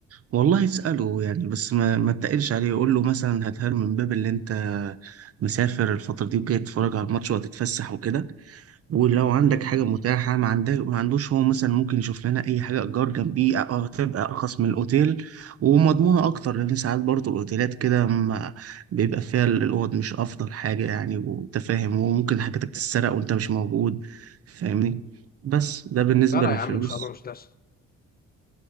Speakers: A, on the right; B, on the left.
A: والله اسأله يعني بس ما ما تقلش عليه قول له مثلا هاتها له من باب اللي انت مسافر الفترة دي وجاي تتفرج على الماتش وهتتفسح وكده ولو عندك
B: مم.
A: حاجة متاحة ما عندك ما عندوش هو مثلا ممكن يشوف لنا أي حاجة إيجار جنبيه أه، هتبقى أرخص من الأوتيل ومضمونة أكتر لأن ساعات برضه الأوتيلات كده ما- بيبقى فيها الأوض مش أفضل حاجة يعني وأنت فاهم وممكن حاجتك تتسرق وأنت مش موجود فاهمني بس ده بالنسبة
B: لا لا
A: للفلوس
B: يا عم ان شاء الله مش تحصل ان